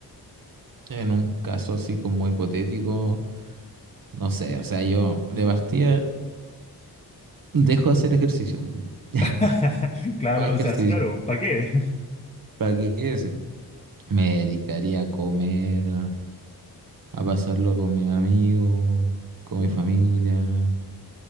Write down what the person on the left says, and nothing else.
<laughs> Claro,
o sea, es claro, ¿para qué? <laughs>